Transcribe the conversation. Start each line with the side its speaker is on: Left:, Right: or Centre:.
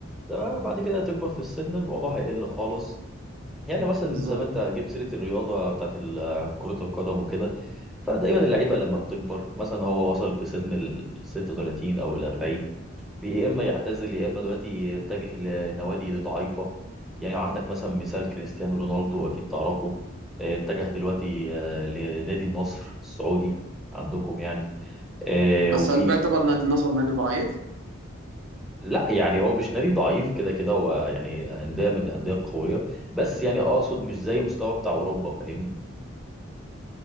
Centre: ده بعد كده هتكبر في السن الموضوع هيقل خالص يعني مثلا
Right: بالضبط
Centre: زي ما انت جبت سيره الرياضه بتاعت ال- كره القدم وكده فدايما اللعيبه لما بتكبر مثلا هو وصل في سن ال 36 او ال 40 يا اما يعتزل يا اما دلوقتي يتجه لنوادي ضعيفه يعني عندك مثلا مثال كريستيانو رونالدو اكيد تعرفه آه، اتجه دلوقتي آه، لنادي النصر السعودي عندكم يعني آه،
Right: بس
Centre: وفي
Right: هل بيعتبر نادي النصر نادي ضعيف؟
Centre: لا يعني هو مش نادي ضعيف كده كده هو يعني انديه من الانديه القويه بس يعني اقصد مش زي مستوى بتاع اوروبا فاهمني